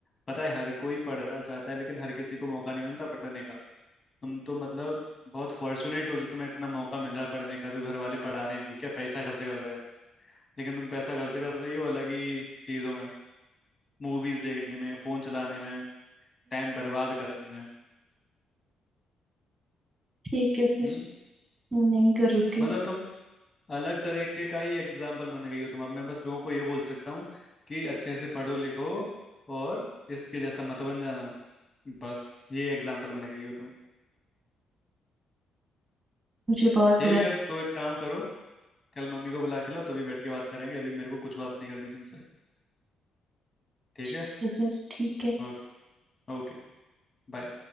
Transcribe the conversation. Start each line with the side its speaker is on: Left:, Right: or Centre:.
Left: पता है हर कोई पढ़ना चाहता है लेकिन हर किसी को मौका नहीं मिलता पढ़ने का तुम तो मतलब बहुत फॉर्चुनेट हो जो तुम्हें इतना मौका मिल रहा है पढ़ने का जो घर वाले पढ़ा रहे हैं ठीक है पैसा खर्च कर रहे हैं लेकिन तुम पैसा खर्च कर रही हो अलग ही चीजों में मूवीज देखने में फोन चलाने में टाइम बर्बाद करने में
Right: ठीक है सर
Left: हम्म
Right: मैं नहीं करूंगी
Left: मतलब तुम अलग तरीके का ही एग्जाम्पल बन गई हो तुम अब मैं बस लोगों को ये बोल सकता हूँ कि अच्छे से पढ़ो लिखो और इसके जैसा मत बन जाना बस ये एग्जाम्पल बन गई हो तुम
Right: मुझे बहुत
Left: ठीक
Right: बुरा
Left: है तो एक काम करो कल मम्मी को बुला के लाओ तभी बैठ के बात करेंगे अभी मेरे को कुछ बात नहीं करनी तुमसे ठीक
Right: ठीक
Left: है
Right: है सर ठीक है
Left: ओके ओके बाय